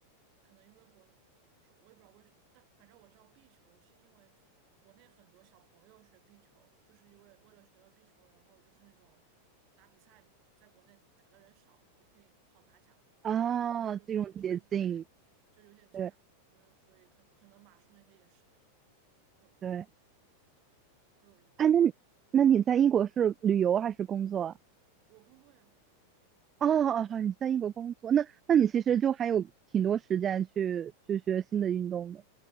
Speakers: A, on the right; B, on the right.
A: 可能因为国内，呃说我也不知道为什么，但反正我知道壁球是因为国内很多小朋友学壁球，就是因为为了学了壁球，然后就是那种打比赛嘛，在国内打的人少，就可以好拿奖，
B: 啊，
A: 拿我就方便升学，
B: 这种捷径，
A: 就有点这样，
B: 对
A: 我觉得所以可能可能马术那些也是吧，就所以会有一点，
B: 对，
A: 就
B: 哎，那你那你在英国是旅游还是工作啊？
A: 我工作呀，
B: 哦哦，好你在英国工作，那那你其实就还有挺多时间去去学新的运动的，